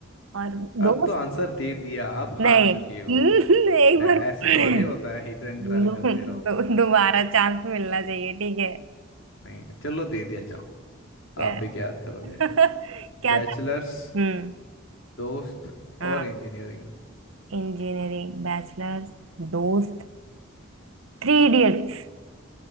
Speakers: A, on the right (about 75°); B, on the left (about 65°).
A: और
B: अब
A: दोस्त
B: तो आंसर दे दिया आप हार
A: नहीं
B: चुके
A: <laughs>
B: हो
A: हम्म, एक
B: ना
A: बार <clears throat>
B: ऐसे थोड़े होता है हिट एंड ट्रायल
A: दो,
B: करते रहोगे
A: दो,
B: आप
A: दोबारा चांस मिलना चाहिए ठीक है
B: नहीं चलो दे दिया जाओ
A: क्या
B: आप भी क्या याद करोगे
A: <laughs> क्या
B: बैचलर्स
A: था हम्म
B: दोस्त
A: हाँ
B: और इंजीनियरिंग
A: इंजीनियरिंग बैचलर्स दोस्त थ्री इडियट्स